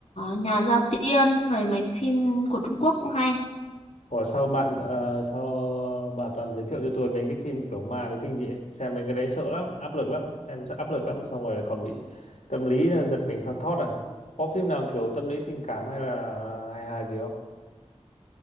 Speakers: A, on the left; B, on the left.
A: Nhà Gia Tiên rồi mấy cái phim của Trung Quốc cũng hay
B: Ủa sao bạn ờ, sao bà toàn giới thiệu cho tôi mấy cái phim kiểu ma với kinh dị ấy? xem mấy cái đấy sợ lắm áp lực lắm xem rất áp lực lắm xong rồi còn bị tâm lý ờ, giật mình thon thót à có phim nào kiểu tâm lý tình cảm hay là hài hài gì không